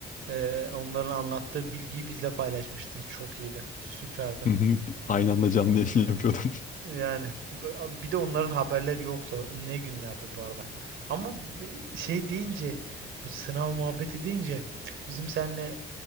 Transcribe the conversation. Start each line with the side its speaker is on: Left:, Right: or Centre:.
Right: eee, onların anlattığı bilgiyi bizle paylaşmıştın. Çok iyiydi. Süperdi.
Left: Hı hı, Aynı anda canlı yayın <laughs> yapıyordum.
Right: Yani b- bir de onların haberleri yoktu. Ne günlerdi bu arada. Ama bi- şey deyince bu sınav muhabbeti deyince bizim seninle